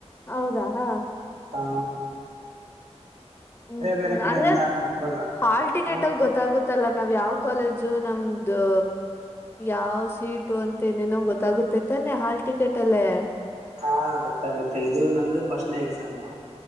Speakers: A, on the left; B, on the right.
A: ಹೌದಾ ಹಾ
B: ಹಾ
A: ಹು ಹು
B: ಬೇರೆ ಕಡೆ
A: ಹಂಗ
B: ಎಲ್ಲ ಗೊತ್ತಲ್ಲ
A: ಹಾಲ್ ಟಿಕೆಟ
B: ಹ
A: ಗೊತ್ತ. ಗೊತ್ತಾಗುತ್ತಲ್ಲ ನಾವ ಯಾವ ಕಾಲೇಜು ನಮ್ದು. ಯಾವ ಸೀಟು ಅಂತ ಏನೇನೋ ಗೊತ್ತಾಗುತ್ತೆ ತಾನೆ ಹಾಲ್ ಟಿಕೆಟ್ ಅಲ್ಲಿ.
B: ಹಾ ಗೊತ್ತಾಗುತ್ತೆ ಇದು ನಂದು ಫಸ್ಟ್ನೇ ಎಕ್ಸಾಮು.